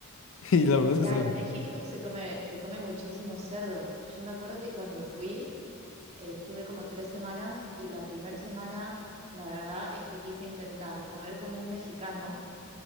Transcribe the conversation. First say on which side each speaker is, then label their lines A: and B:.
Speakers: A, on the left; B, on the right.
A: Y la verdad
B: claro,
A: es que sabe muy
B: México
A: bueno.
B: se come, se come muchísimo cerdo. Yo me acuerdo que cuando fui, eh, estuve como tres semanas y la primera semana, la verdad es que quise intentar comer como un mexicano,